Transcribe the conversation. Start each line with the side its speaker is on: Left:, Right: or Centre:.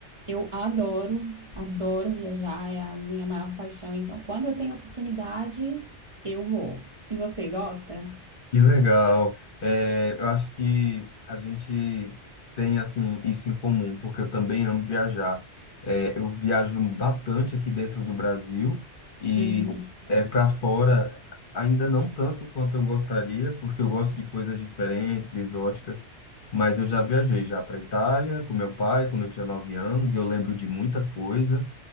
Right: Eu adoro, adoro viajar, é a minha maior paixão. Então, quando eu tenho oportunidade, eu vou. E você gosta?
Left: Que legal. É, eu acho que a gente tem assim isso em comum, porque eu também amo viajar. É, eu viajo bastante aqui dentro do Brasil e
Right: Uhum,
Left: é, para fora ainda não tanto quanto eu gostaria, porque eu gosto de coisas diferentes, exóticas. Mas eu já viajei já para Itália com meu pai quando eu tinha nove anos e eu lembro de muita coisa.